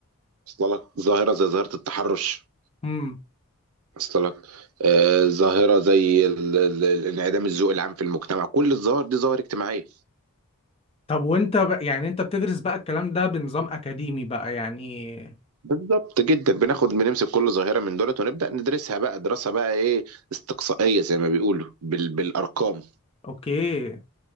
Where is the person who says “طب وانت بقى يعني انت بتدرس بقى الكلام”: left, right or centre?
Left